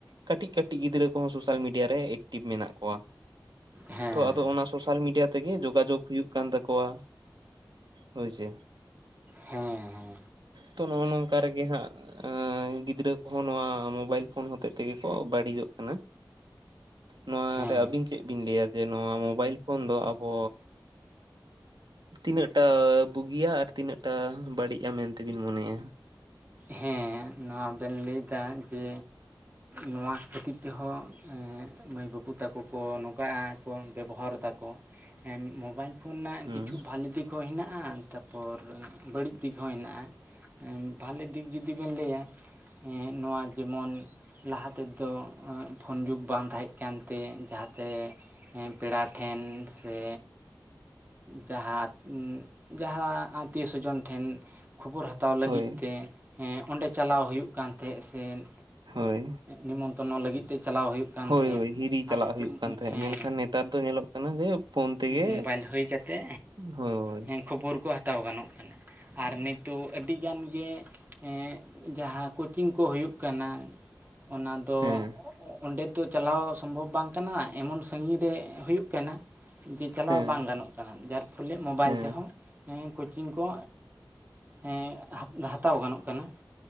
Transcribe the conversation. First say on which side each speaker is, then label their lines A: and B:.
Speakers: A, on the right; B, on the right.
A: ᱠᱟᱹᱴᱤᱡ ᱠᱟᱹᱴᱤᱡ ᱜᱤᱫᱽᱨᱟᱹ ᱠᱚᱦᱚᱸ ᱥᱳᱥᱟᱞ ᱢᱤᱰᱤᱭᱟ ᱢᱤᱰᱤᱭᱟ ᱨᱮ ᱮᱠᱴᱤᱵᱷ ᱢᱮᱱᱟᱜ ᱠᱚᱣᱟ
B: ᱦᱮᱸ
A: ᱛᱚ ᱟᱫᱚ ᱚᱱᱟ ᱥᱳᱥᱟᱞ ᱢᱤᱰᱤᱭᱟ ᱛᱮᱜᱮ ᱡᱳᱜᱟᱡᱳᱜᱽ ᱦᱩᱭᱩᱜ ᱠᱟᱱ ᱛᱟᱠᱚᱣᱟ ᱦᱳᱭᱥᱮ
B: ᱦᱮᱸᱻᱦᱮᱸ
A: ᱛᱚ ᱱᱚᱜᱼᱚᱭ ᱱᱚᱝᱠᱟ ᱨᱮᱜᱮ ᱦᱟᱸᱜ ᱜᱤᱫᱽᱨᱟᱹ ᱠᱚᱦᱚᱸ ᱱᱚᱣᱟ ᱢᱳᱵᱟᱭᱤᱞ ᱯᱷᱳᱱ ᱦᱚᱛᱮ ᱛᱮᱜᱮ ᱠᱚ ᱵᱟᱹᱲᱤᱡᱚᱜ ᱠᱟᱱᱟ ᱠᱟᱱᱟ ᱱᱚᱣᱟᱨᱮ
B: ᱦᱮᱸ
A: ᱟᱹᱵᱤᱱ ᱪᱮᱫ ᱵᱤᱱ ᱞᱟᱹᱭᱟ ᱡᱮ ᱱᱚᱣᱟ ᱢᱳᱵᱟᱭᱤᱞ ᱯᱷᱳᱱ ᱫᱚ ᱟᱵᱚ ᱛᱤᱱᱟᱹᱜᱴᱟ ᱵᱩᱜᱤᱭᱟ ᱟᱨ ᱛᱤᱱᱟᱹᱜ ᱴᱟ ᱵᱟᱹᱲᱤᱡᱼᱟ ᱢᱮᱱᱛᱮᱵᱤᱱ ᱢᱚᱱᱮᱭᱟ
B: ᱦᱮᱸ ᱱᱚᱣᱟ ᱵᱮᱱ ᱞᱟᱹᱭ ᱮᱫᱟ ᱡᱮ ᱱᱚᱣᱟ ᱠᱷᱟᱹᱛᱤᱨ ᱛᱮᱦᱚᱸ ᱢᱟᱹᱭ ᱵᱟᱹᱵᱩ ᱛᱟᱠᱚ ᱠᱚ ᱱᱚᱝᱠᱟᱼᱟ ᱠᱚ ᱵᱮᱵᱚᱦᱟᱨ ᱫᱟᱠᱚ ᱢᱳᱚᱵᱟᱭᱤᱞ <unintelligible>
A: ᱦᱩᱸ
B: ᱠᱤᱪᱷᱩ ᱵᱷᱟᱞᱮ ᱫᱤᱠ ᱦᱚᱸ ᱦᱮᱱᱟᱜᱼᱟ ᱦᱟᱸ ᱛᱟᱯᱚᱨ ᱵᱟᱹᱲᱤᱡ ᱫᱤᱠ ᱦᱚᱸ ᱦᱮᱱᱟᱜᱼᱟ ᱵᱷᱟᱞᱮ ᱫᱤᱠ ᱡᱩᱫᱤ ᱵᱮᱱ ᱞᱟᱹᱭᱟ ᱦᱮᱸ ᱱᱚᱣᱟ ᱡᱮᱢᱚᱱ ᱞᱟᱦᱟ ᱛᱮᱫᱚ ᱯᱷᱳᱱ ᱡᱩᱜᱽ ᱵᱟᱝ ᱛᱟᱦᱮᱸ ᱠᱟᱱᱛᱮ ᱡᱟᱦᱟᱸᱛᱮ ᱯᱮᱲᱟ ᱴᱷᱮᱱ ᱥᱮ ᱡᱟᱦᱟᱸ ᱡᱟᱦᱟᱸ ᱟᱛᱤᱭᱚ ᱥᱚᱡᱚᱱ ᱴᱷᱮᱱ ᱠᱷᱚᱵᱚᱨ ᱦᱟᱛᱟᱣ ᱞᱟᱹᱜᱤᱫ
A: ᱦᱳᱭ
B: ᱛᱮ ᱦᱮᱸ ᱚᱸᱰᱮ ᱪᱟᱞᱟᱣ ᱦᱩᱭᱩᱜ ᱠᱟᱱ ᱛᱟᱦᱮᱸᱫ ᱥᱮ ᱮᱸ
A: ᱦᱳᱭ
B: ᱱᱮᱢᱚᱱᱛᱨᱚᱱᱚ ᱞᱟᱹᱜᱤᱫ ᱛᱮ ᱪᱟᱞᱟᱣ ᱦᱩᱭᱩᱜ ᱠᱟᱱ
A: ᱦᱳᱭ
B: ᱛᱟᱦᱮᱸᱫ
A: ᱦᱳᱭ ᱦᱤᱨᱤ ᱪᱟᱞᱟᱜ
B: ᱟᱨ ᱱᱤᱛᱚᱜ
A: ᱦᱩᱭᱩᱜ ᱠᱟᱱ ᱛᱟᱦᱮᱸᱫ
B: ᱦᱮᱸ
A: ᱢᱮᱱᱠᱷᱟᱱ ᱱᱮᱛᱟᱨ ᱫᱚ ᱧᱮᱞᱚᱜ ᱠᱟᱱᱟ ᱡᱮ ᱯᱷᱳᱱ ᱛᱮᱜᱮ
B: ᱢᱳᱵᱟᱭᱤᱞ ᱦᱩᱭ ᱠᱟᱛᱮ
A: ᱦᱳᱭ
B: ᱦᱮᱸ ᱠᱷᱚᱵᱚᱨ ᱠᱚ ᱦᱟᱛᱟᱣ ᱦᱟᱛᱟᱣ ᱜᱟᱱᱚᱜ ᱠᱟᱱᱟ ᱟᱨ ᱱᱤᱛᱳ ᱟᱹᱰᱤ ᱜᱟᱱ ᱜᱮ ᱮ ᱡᱟᱦᱟᱸ ᱠᱳᱪᱤᱝ ᱠᱚ ᱦᱩᱭᱩᱜ ᱠᱟᱱᱟ ᱚᱱᱟ ᱫᱚ
A: ᱦᱮᱸ
B: ᱚᱸᱰᱮ ᱫᱚ ᱪᱟᱞᱟᱣ ᱥᱚᱢᱵᱷᱚᱵᱽ ᱵᱟᱝ ᱠᱟᱱᱟ ᱮᱢᱚᱱ ᱥᱟᱺᱜᱤᱧ ᱨᱮ ᱦᱩᱭᱩᱜ ᱠᱟᱱᱟ ᱡᱮ ᱪᱟᱞᱟᱣ
A: ᱦᱮᱸ
B: ᱵᱟᱝ ᱜᱟᱱᱚᱜ ᱠᱟᱱᱟ ᱡᱟᱨ ᱯᱷᱚᱞᱮ ᱢᱳᱵᱟᱭᱤᱞ
A: ᱦᱮᱸ
B: ᱛᱮᱦᱚᱸ ᱪᱤᱝ ᱠᱚ ᱮᱸ ᱦᱟᱛᱟᱣ ᱜᱟᱱᱚᱜ ᱠᱟᱱᱟ